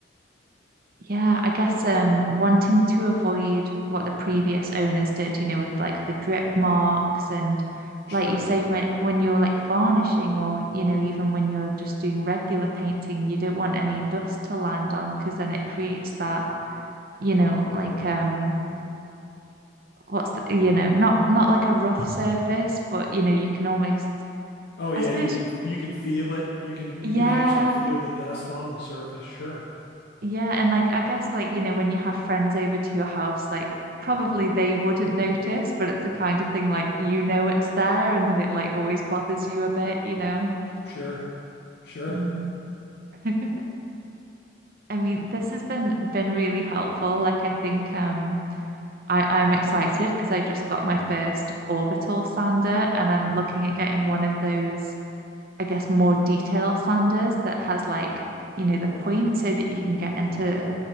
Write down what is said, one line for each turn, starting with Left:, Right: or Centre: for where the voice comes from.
Right: yeah, I guess um wanting to avoid what the previous owners did, you know, with like the drip marks and
Left: Sure.
Right: like you say, when when you're like varnishing or, you know, even when you're just doing regular painting, you don't want any dust to land on because then it creates that, you know, like um what's the, you know, not not like a rough surface, but you know, you can almost
Left: Oh yeah,
Right: I suppose
Left: you can you can feel it. You can
Right: yeah,
Left: you can actually feel the dust on the surface. Sure.
Right: Yeah, and like I guess like you know when you have friends over to your house, like probably they wouldn't notice, but it's the kind of thing like you know it's there, and then it like always bothers you a bit, you know.
Left: Sure. Sure.
Right: Mm. <laughs> I mean, this has been been really helpful. Like I think um I I'm excited because I just got my first orbital sander, and I'm looking at getting one of those I guess, more detail sanders that has like, you know, the point so that you can get into